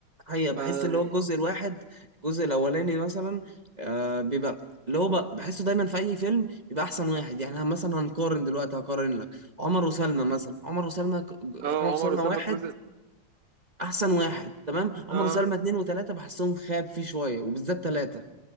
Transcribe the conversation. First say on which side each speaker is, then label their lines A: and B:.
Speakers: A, on the right (about 30°); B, on the right (about 50°).
A: حقيقه بحس
B: ف اه
A: اللي هو الجزء الواحد الجزء الاولاني مثلا آه بيبقى اللي هو ب- بحسه دايما في اي فيلم بيبقى احسن واحد يعني أنا مثلا هنقارن دلوقتي هقارن لك عمر وسلمى مثلا عمر وسلمى ك-
B: اه
A: عمر وسلمى
B: عمر وسلمى
A: واحد
B: الجزء
A: احسن واحد تمام عمر
B: اه
A: سلمى اتنين وتلاته بحسهم خاب فيه شويه وبالذات تلاته